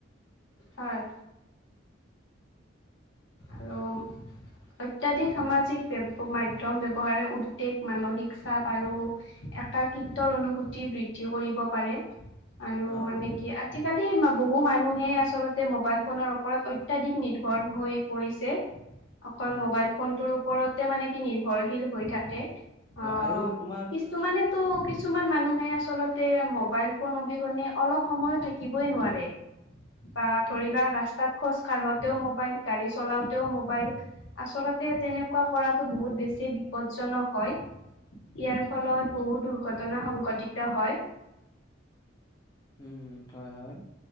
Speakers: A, on the left; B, on the left.
A: হয় আৰু অত্যাধিক সামাজিক ব মাধ্যম ব্যৱহাৰে উদ্বেগ মানসিক চাপ আৰু একাকৃতৰ অনুভূতি বৃদ্ধি কৰিব পাৰে আৰু
B: অ
A: মানে কি আৰ্থিক আজিকালি বহু মানুহে আচলতে মোবাইল ফোনৰ ওপৰত অত্যাধিক নিৰ্ভৰ হৈ পৰিছে অকল
B: উম
A: মোবাইল
B: উম
A: ফোনটোৰ ওপৰতে মানে কি নিৰ্ভৰশীল হৈ থাকে অ
B: আৰু তোমাৰ
A: কিছুমানেতো
B: উম
A: কিছুমান মানুহে আচলতে মোবাইল ফোন অবিহনে অলপ সময়ো থাকিবই নোৱাৰে বা ধৰিবা ৰাস্তাত খোজ কাঢ়োতেও মোবাইল গাড়ী চলাওতেও মোবাইল আচলতে তেনেকুৱা কৰাতটো বহুত বেছি বিপদজনক হয় ইয়াৰ ফলত বহু দুৰ্ঘটনা সংঘটিত হয়
B: উম হয় হয়